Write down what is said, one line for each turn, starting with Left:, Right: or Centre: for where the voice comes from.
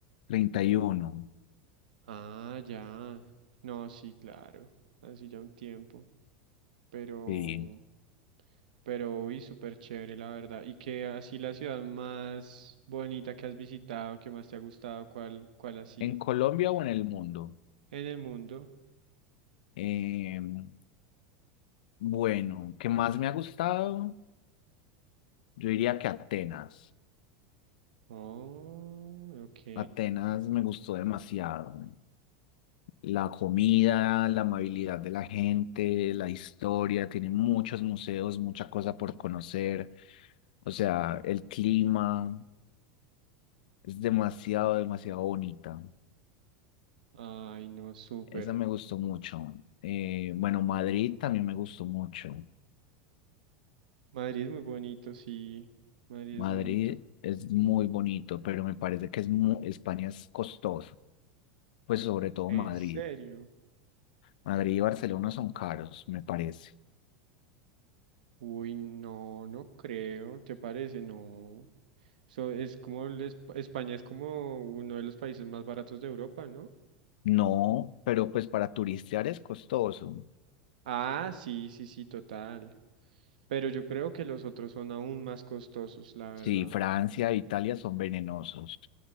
Left: Treinta y uno.
Right: Ah, ya. No, sí, claro. Así ya un tiempo. Pero,
Left: Sí.
Right: pero, uy, súper chévere, la verdad. Y qué así la ciudad más bonita que has visitado, que más te ha gustado, ¿cuál, cuál ha sido?
Left: ¿En Colombia o en el mundo?
Right: En el mundo.
Left: Em, bueno, ¿qué más me ha gustado? Yo diría que Atenas.
Right: Oh, ok.
Left: Atenas me gustó demasiado. La comida, la amabilidad de la gente, la historia, tiene muchos museos, mucha cosa por conocer. O sea, el clima es demasiado, demasiado bonita.
Right: Ay, no, súper.
Left: Esa me gustó mucho. Eh, bueno, Madrid también me gustó mucho.
Right: Madrid es muy bonito, sí. Madrid
Left: Madrid
Right: es bonito.
Left: es muy bonito, pero me parece que es mu- España es costoso, pues sobre todo
Right: ¿En
Left: Madrid.
Right: serio?
Left: Madrid y Barcelona son caros, me parece.
Right: Uy, no, no creo. ¿Te parece? No. So, es como el es- España es como uno de los países más baratos de Europa, ¿no?
Left: No, pero pues para turistear es costoso.
Right: Ah, sí, sí, sí, total. Pero yo creo que los otros son aún más costosos, la verdad.
Left: Sí, Francia e Italia son venenosos.